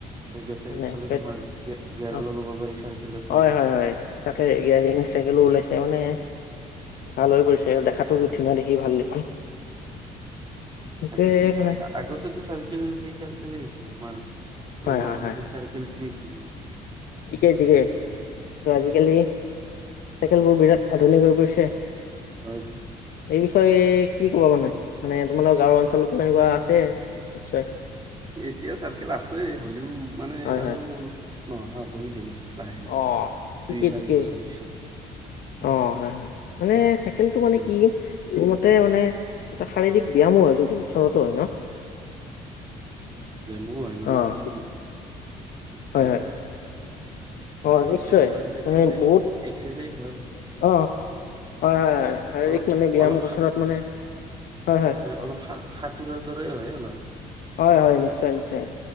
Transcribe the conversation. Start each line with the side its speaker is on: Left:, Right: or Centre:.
Right: বেটাৰিট
Left: মানে
Right: চলে
Left: পেট
Right: তোমাৰ গি-গীয়াৰো
Left: অ
Right: লগাব পাৰি চাইকেলতে।
Left: হয় হয় হয় তাকে গিয়াৰিং চাইকেলো ওলাইছে মানে
Right: হয়।
Left: ভাল হৈ পৰিছে আৰু দেখাতো ধুনীয়া দেখি ভাল দেখি। সেইটোৱে
Right: আজিকালি চাৰ
Left: মানে
Right: আগতেতো চাৰকেল সেই চাৰকেলে আছিল তোমাৰ এই
Left: হয়
Right: নৰ্মেল
Left: হয় হয়
Right: চাৰকেলটোৱেই আছিল তোমাৰ।
Left: ঠিকেই ঠিকেই, ত' আজিকালি চাইকেলবোৰ বিৰাট আধুনিক হৈ পৰিছে।
Right: হয় হয়
Left: এই বিষয়ে কি ক'বা মানে? মানে তোমালোকৰ গাঁওৰ অঞ্চলতো এনেকুৱা আছে। নিশ্চয়।
Right: এতিয়া চাৰকেল আছে, হ'লেও মানে
Left: হয়
Right: আৰু
Left: হয়
Right: নোহোৱা হ'বই যেনিবা। লাহে লাহে,
Left: অ ঠিকেই
Right: দুই চাৰি
Left: ঠিকেই
Right: বছৰ পিছত।
Left: অ হয় হয়, মানে চাইকেলটো মানে
Right: তেনেকুৱা
Left: কি মোৰ মতে মানে এটা শাৰীৰিক ব্যয়ামো হয় কিন্তু ওচৰতো হয় ন?
Right: হয় হয়, <unintelligible> হয় মানে
Left: অ',
Right: কি
Left: হয়
Right: পে-
Left: হয়। অ',
Right: এইটো
Left: নিশ্চয়
Right: পেডল মাৰিল এক্সাৰচাইজ
Left: মানে বহুত
Right: এক্সাৰচাইজ হয়।
Left: অ হয় হয় হয়, শাৰীৰিক
Right: অলপ
Left: মানে ব্যায়াম
Right: অলপ
Left: কচৰৎ মানে হয় হয়।
Right: অলপ সা সাঁতোৰাৰ দৰেই হয় অলপ।
Left: হয় হয় নিশ্চয় নিশ্চয়,